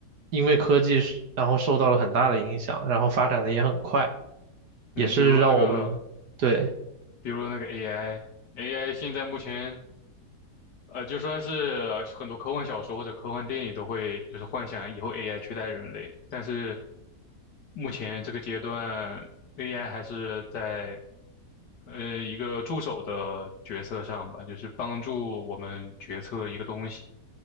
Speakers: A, on the right (about 70°); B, on the left (about 75°).
A: 因为科技是，然后受到了很大的影响，然后发展的也很快，也是让我们，
B: 嗯，比如那个，
A: 对。
B: 比如那个 AI，AI 现在目前呃，就算是很多科幻小说或者科幻电影都会就是幻想以后 AI 取代人类，但是目前这个阶段，AI 还是在呃一个助手的角色上吧，就是帮助我们决策一个东西。